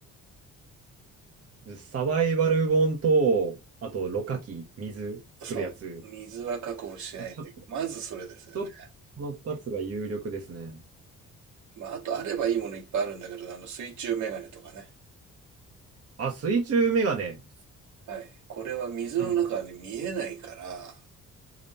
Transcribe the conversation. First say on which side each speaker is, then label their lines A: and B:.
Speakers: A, on the right; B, on the right.
A: サバイバル本と、あと、ろ過器、水作るやつ。
B: そう。水は確保しないって、
A: ちょっと、ち
B: まずそれですよね。
A: ょっと、この2つが有力ですね。
B: まあ、あとあればいいものいっぱいあるんだけど、あの水中メガネとかね。
A: あ、水中メガネ。
B: はい。これは水の中はね、
A: なるほど
B: 見えないから、